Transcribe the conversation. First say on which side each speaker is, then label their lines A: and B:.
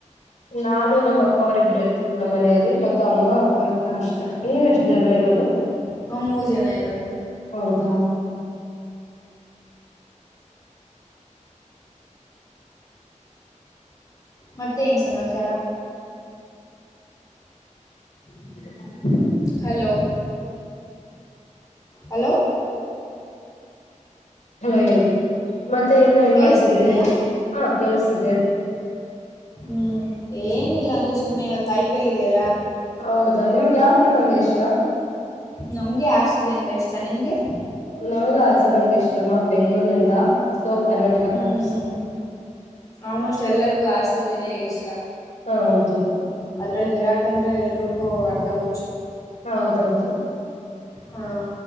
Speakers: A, on the left; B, on the left.
A: ನಾನು ನಮ್ಮ ಅಕ್ಕವರಿಬ್ಬರು ಇರ್ತೀಿ ನಮ್ಮ ಮನೆಯಲ್ಲಿ. ಮತ್ತ ಅಮ್ಮ ಅಪ್ಪ ಇರ್ತಾರ ಅಷ್ಟೆ ನೀವೆ ಎಷ್ಟು ಜನ ಇರೋದು.
B: ನಾವು ಮೂರು ಜನ ಇರೋದು
A: ಹೌದಾ
B: ಮತ್ತೆ ಏನ್ ಸಮಾಚಾರ
A: <inaudible>
B: ಹಲೋ <inaudible> ಹಲೋ
A: ಹಾ ಹೇಳ್ರಿ ಮತ್ತೆ ಇನ್ನ ಏನ್
B: ಕೇಳಿಸ್ತಿದೀಯಾ
A: ಮಾಡ್ತಿದ್ದೀರಿ ಹಾ ಕೇಳಸ್ತಿದೆ.
B: ಹ್ಮ್ ಏನಿಲ್ಲ ಹಂಗೆ ಸುಮ್ನೆ ಇವತ್ ಐಪಿಎಲ್ ಇದೆಯಲ್ಲಾ.
A: ಹೌದಾ ನಿಮ್ಗೆ ಯಾವ ಟೀಮ ಅಂದ್ರೆ ಇಷ್ಟಾ
B: ನಮ್ಗೆ ಆರ್ ಸಿ ಬಿ ಅಂದ್ರೆ ಇಷ್ಟ ನಿಮ್ಗೆ.
A: ನಮಗ ಆಚೆ ಬಂದ ಇಷ್ಟ ನಾವ್ ಬೆಂಗ್ಗಳೂರ್ನಿಂದ ಸೊ ಕರ್ನಾಟಕ
B: ಹ್ಮ್
A: ಫಾನ್ಸ್
B: ಆಲ್ಮೋಸ್ಟ್ ಎಲ್ಲರಿಗೂ ಆರ್ ಸಿಬಿನೇ ಇಷ್ಟ.
A: ಹೌದು.
B: ಅದ್ರಲ್ಲಿ ವಿರಾಟ್ ಅಂದ್ರೆ ಎಲ್ರಿಗೂ ಅರ್ಧ ಹುಚ್ಚು <inaudible>
A: ಹೌದೌದು
B: ಹಾ